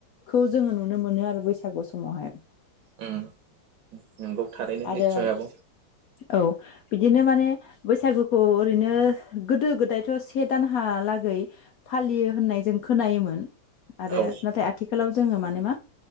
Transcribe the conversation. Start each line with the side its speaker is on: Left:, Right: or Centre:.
Left: खौ जोंङो नुनो मोनो आरो बैसागु समावहाय
Right: उम नंगौ। थारैनो
Left: आरो
Right: निस्सय आब'
Left: औ बि बिदिनो माने बैसागुखौ ओरैनो गोदो गोदायथ' से दानहालागै फालियो होननाय जों खोनायोमोन।
Right: औ
Left: आरो नाथाय आथिखालाव जोंङो माने मा